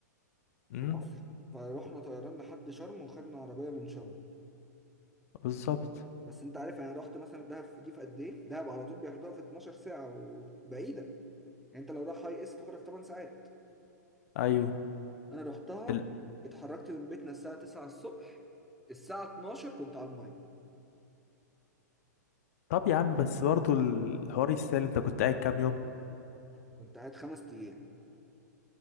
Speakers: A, on the left; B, in the centre.
A: امم
B: في مصر فروحنا طيران لحد شرم وخدنا عربيه من شرم
A: بالظبط
B: بس انت عارف انا رحت مثلا دهب في- دي في قد ايه دهب على طول بياخدوها في 12 ساعه وبعيده يعني انت لو رايح هاي اس تاخدها في 8 ساعات
A: ايوه
B: انا رحتها
A: ال...
B: اتحركت من بيتنا الساعه 9 الصبح الساعه 12 كنت على الميه
A: طب يا عم بس برضه الحوار يستاهل انت كنت قاعد كام يوم
B: كنت قاعد خمس ايام